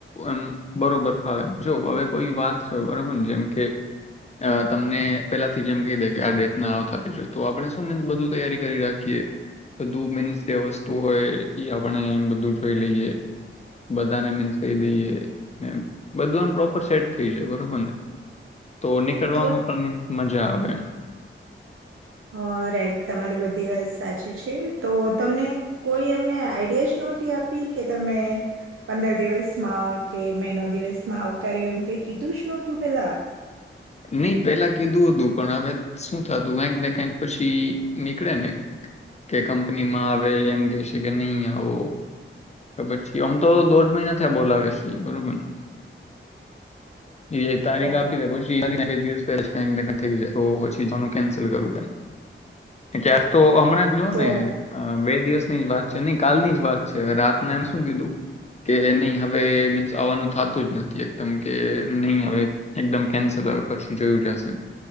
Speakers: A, on the left; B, on the right.
A: એમ બરોબર ફાવે જો હવે કોઈ વાત હોય બરોબર ને જેમ કે તમને પેલાથી જેમ કહી દે કે આ ડેટ ના આવતાજ તો આપણે શું મીન્સ બધું તૈયારી કરી રાખીએ બધું મીન્સ જે વસ્તુ હોય એ આપણે બધું જોઈ લઈએ બધાને મીન્સ કહી દઈએ બધું આમ પ્રોપર સેટ થઈ જાય બરોબર ને. તો નીકળવામાં
B: તો
A: પણ મીન્સ મજા આવે એમ.
B: હ રાઈટ તમારી બધી વાત સાચી છે તો તમને કોઈ એમને આઈડિયા જ નહોતી આપી કે તમે પંદર દિવસમાં કે મહિનો દિવસમાં આવતા રહ્યો એમ કઈ કીધું જ નહતું પેલા?
A: નહી પેલા કીધું હતું્ પણ હવે શું થતું કંક ને કઈક પછી નીકળે ને કે કંપનીમાં આવે એમ કે છે કે નહી આવો. પછી આમ તો દોઢ મહિના થયા બોલાવે છે બરોબરને. એ તારીખ
B: ઓ.
A: આપી ને પછી જ ચી કન્સલ કરું ક્યાંક તો હમણાં જો
B: તો
A: ને બે દિવસ ની જ વાત છે નહી કાલની જ વાત છે હવે મે એમ શું કીધું કે નહી હવે મીન્સ આવવાનું થતું જ નથી એકદમ કે નહી હવે એકદમ કેન્સલ આવે પછી જોયું જશે